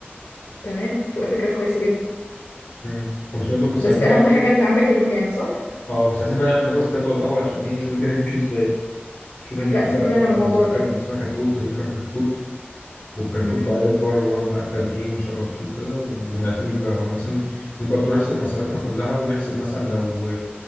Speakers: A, on the left (about 85°); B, on the left (about 35°).
A: تمام تبقى فكره كويسه جدا
B: امم 500 دول بس
A: بس
B: عايزين
A: اهم
B: بقى الاول
A: حاجه انت عندك المكان صح
B: اه بس عايزين بقى نعمل دراسه جدوى الاول عشان ايه نشوف الدنيا تمشي ازاي نشوف هنجيب
A: لا
B: كام
A: سيب
B: فرخه
A: لي انا الموضوع
B: ولا كام
A: ده
B: اسمها كتكوت هنجيب كام كتكوت والكتكوت
A: امم
B: بقى يكبر ونقعد نأكل فيه ونشرب فيه وكده ونعتني بيه بقى ولما مثلا لازم برضه نحسب مصاريفنا كلها ونحسب مثلا لو